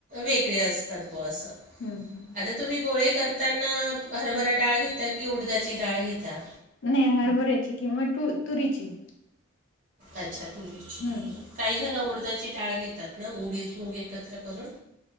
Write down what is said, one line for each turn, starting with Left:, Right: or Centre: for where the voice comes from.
Right: वेगळे असतात बुवा असं.
Left: हम.. हम..
Right: आता तुम्ही गोळे करताना. हरभरा डाळ घेता की उडदाची डाळ घेता.
Left: नाही हरभऱ्याची किंव किंवा तुरीची. ‌
Right: अच्छा, तुरीची
Left: हम्म
Right: काही जण, उडदाची टाळ घेतात ना, उडीद मूग एकत्र करून.